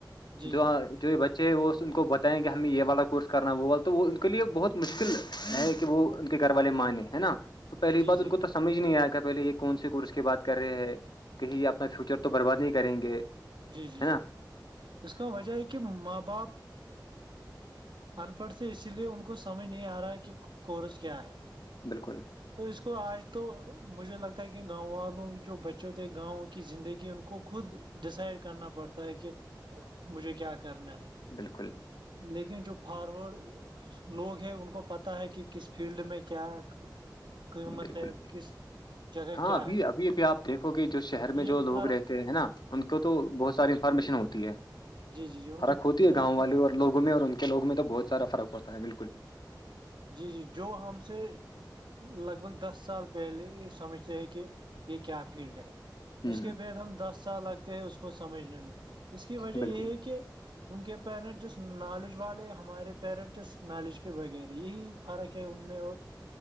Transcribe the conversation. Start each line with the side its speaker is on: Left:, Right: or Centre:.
Right: جی
Left: جو
Right: جی
Left: جو بچے ہیں وہ اس کو بتائیں گے ہمیں یہ والا کورس کرنا وہ والا تو وہ ان کے لیے بہت مشکل ہے کہ وہ ان کے گھر والے مان ہے نا تو پہلی
Right: جی جی
Left: بات ان کو سمجھ نہیں آئے گا پہلے یہ کون سے کورس کی بات کر رہے ہیں کہیں اپنا فیوچر تو برباد نہیں کریں گے
Right: جی
Left: ہے
Right: جی
Left: نا
Right: جی اس کا وجہ ہے کہ ماں باپ ان پڑھ سےے اسی لیے ان کو سمجھ نہیں آ رہا ہے کہ کورس کیا ہے
Left: بالکل
Right: تو اس کو آج تو مجھے لگتا ہے کہ گاؤں والوں کے جو بچے ہو تھے گاؤں کی زندگی ان کو خود ڈسائڈ کرنا پڑتا ہے کہ مجھے کیا کرنا ہے
Left: بالکل
Right: لیکن جو فاروڈ لوگ ہیں ان کو پتہ ہے کہ کس فیلڈ میں کیا قیمت
Left: بالکل
Right: ہے
Left: بالکل
Right: کس جگہ
Left: ہاں
Right: کیا
Left: ابھی
Right: ہے
Left: ابھی ابھی آپ دیکھو گے جو شہر میں
Right: یہ
Left: جو لوگ
Right: فرق
Left: رہتے ہیں ہے نا ان کو تو بہت ساری انفارمیشن ہوتی ہے
Right: جی جی جی ان
Left: فرق
Right: کو
Left: ہوتی
Right: بہت
Left: ہے گاؤں والے اور وگوں میں اور ان کے لوگ میں تو بہت سارا فرق ہوتا ہے بالکل
Right: جی جی جو ہم سے لگ بھگ دس سال پہلے یہ سمجھتے ہیں کہ یہ کیا فیلڈ ہے
Left: ہ
Right: اس کے بد ہم دس سال لگتے ہیں اس کو سمجھنے میں اس کی وجہ
Left: بالکل
Right: یہ ہے کہ ان کے پیرنٹس نالج والے ہمارے پیرنٹس نالج کے بغیر یہی فرق ہے ان میں اور